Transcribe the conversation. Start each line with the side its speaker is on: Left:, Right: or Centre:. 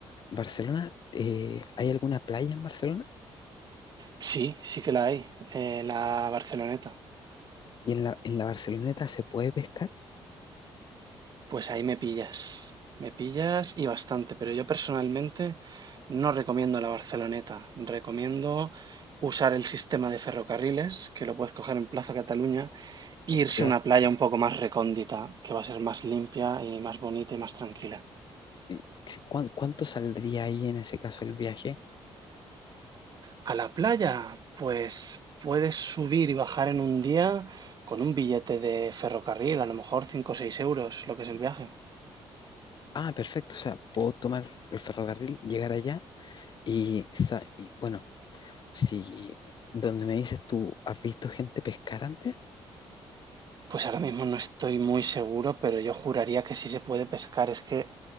Left: Barcelona, eh, ¿hay alguna playa en Barcelona?
Right: Sí, sí que la hay, eh, la Barceloneta.
Left: ¿Y en la, en la Barceloneta se puede pescar?
Right: Pues ahí me pillas, me pillas y bastante, pero yo personalmente no recomiendo la Barceloneta, recomiendo usar el sistema de ferrocarriles, que lo puedes coger en Plaza Cataluña, e irse
Left: Claro.
Right: a una playa un poco más recóndita, que va a ser más limpia y más bonita y más tranquila.
Left: Y si- ¿cuán- ¿Cuánto saldría ahí en ese caso el viaje?
Right: A la playa, pues puedes subir y bajar en un día con un billete de ferrocarril, a lo mejor 5 o 6 euros, lo que es el viaje.
Left: Ah, perfecto. O sea, puedo tomar el ferrocarril, llegar allá y, sa- y bueno, si donde me dices tú, ¿has visto gente pescar antes?
Right: Pues ahora mismo no estoy muy seguro, pero yo juraría que sí se puede pescar. Es que